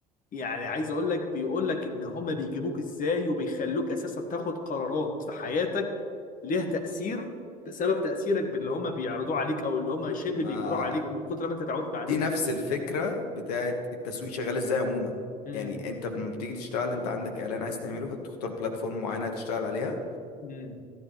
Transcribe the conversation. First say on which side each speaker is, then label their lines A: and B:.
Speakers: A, on the left; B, on the left.
A: يعني عايز اقول لك بيقول لك ان هما بيجيبوك ازاي وبيخلوك اساسا تاخد قرارات في حياتك ليها تأثير بسبب تأثيرك باللي هما بيعرضوه عليك او اللي هما شبه
B: ما
A: بيجبروه عليك من كتر ما انت اتعودت
B: دي
A: عليه
B: نفس الفكرة بتاعت التسويق شغال ازاي عموما
A: امم
B: يعني انت لما بتيجي تشتغل انت عندك اعلان عايز تعمله فبتختار بلاتفورم معينة هتشتغل عليها
A: امم